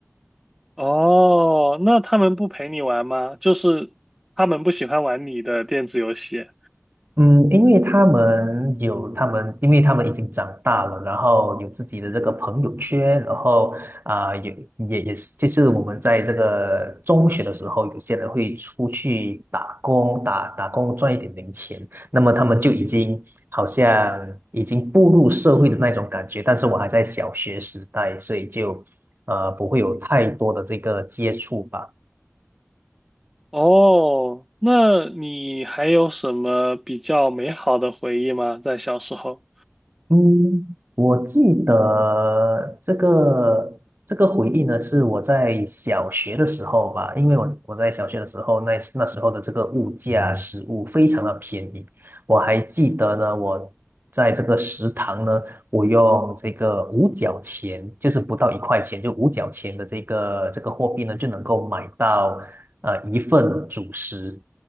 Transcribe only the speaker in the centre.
哦，那他们不陪你玩吗？就是他们不喜欢玩你的电子游戏。
哦，那你还有什么比较美好的回忆吗？在小时候？